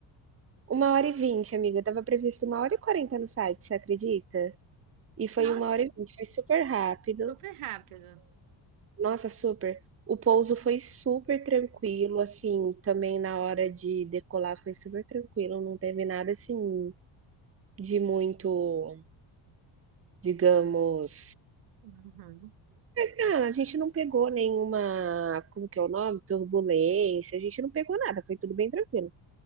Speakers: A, on the right; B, on the right.
A: uma hora e vinte, amiga, Tava previsto uma hora e quarenta no site, você acredita? E foi
B: Nossa,
A: uma hora e vinte, foi super rápido.
B: super rápido.
A: Nossa, super. O pouso foi super tranquilo, assim, também na hora de decolar foi super tranquilo, não teve nada, assim, de muito, digamos
B: Uhum.
A: Cara, a gente não pegou nenhuma, como que é o nome? Turbulência, a gente não pegou nada, foi tudo bem tranquilo.